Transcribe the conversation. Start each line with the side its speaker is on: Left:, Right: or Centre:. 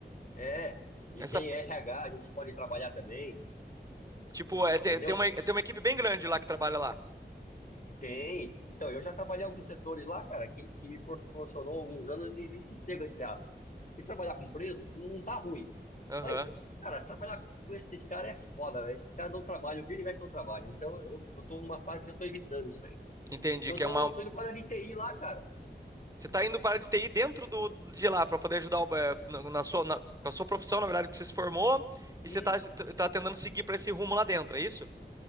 Left: É, a gente
Right: Essa,
Left: tem RH, a gente pode trabalhar também,
Right: tipo, é, tem,
Left: entendeu?
Right: tem uma, tem uma equipe bem grande lá que trabalha lá.
Left: Tem. Então, eu já trabalhei em alguns setores lá, cara, que, que me proporcionou alguns anos de, de sossego, entre aspas. Porque trabalhar com preso não tá ruim.
Right: Aham,
Left: Mas, cara, trabalhar com esses caras é foda, velho. Esses caras dão trabalho, vira e mexe dão trabalho. Então, eu, eu tô numa fase que eu tô evitando isso aí.
Right: entendi.
Left: Então,
Right: Que
Left: eu tô,
Right: é uma,
Left: tô indo para a de TI lá, cara.
Right: você tá indo para a área de TI dentro do, de lá, para poder ajudar o- é, na, na sua, na- com a sua profissão, na verdade, que você se formou,
Left: Isso.
Right: e você tá, tá tentando seguir para esse rumo lá dentro, é isso?